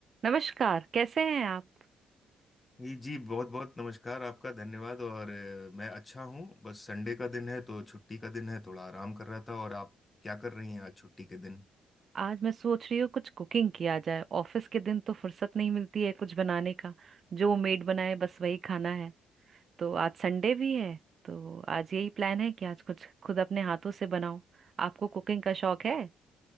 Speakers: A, on the right; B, on the left.
A: नमस्कार कैसे हैं आप
B: जी जी बहुत बहुत नमस्कार आपका धन्यवाद और अ, मैं अच्छा हूँ बस संडे का दिन है तो छुट्टी का दिन है थोड़ा आराम कर रहा था और आप क्या कर रही हैं आज छुट्टी के दिन
A: आज मैं सोच रही हूँ कुछ कुकिंग किया जाए ऑफिस के दिन तो फुर्सत नहीं मिलती है कुछ बनाने का जो मेड बनाए बस वही खाना है तो आज संडे भी है तो आज यही प्लान है कि आज कुछ खुद अपने हाथों से बनाऊं आपको कुकिंग का शौक है